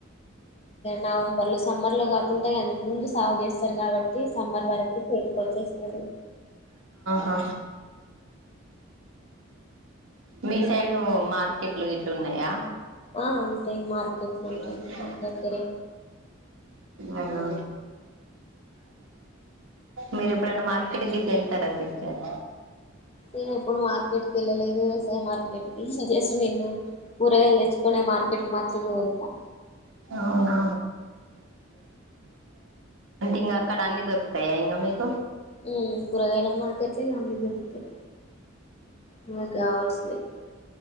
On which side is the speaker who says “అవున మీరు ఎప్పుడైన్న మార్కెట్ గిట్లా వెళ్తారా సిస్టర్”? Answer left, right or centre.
Right